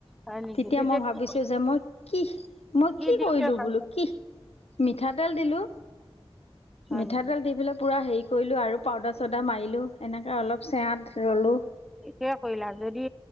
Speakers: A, in the centre; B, on the left (about 90°).
A: হয় নেকি
B: তেতিয়া মই ভাবিছো
A: কি
B: যে মই কি মই কি
A: দিওঁতে
B: কৰিলো
A: ভাল
B: বোলো কি মিঠাতেল দিলো
A: হয়
B: মিঠাটেল
A: নেকি
B: দি পেলায় পূৰা হে কৰিলোঁ আৰু পাউদাৰ চাউদাৰ মাৰিলোঁ এনেকৈ অলপ চেৰাত ৰলোঁ
A: সটোয়ে কৰিলা যদি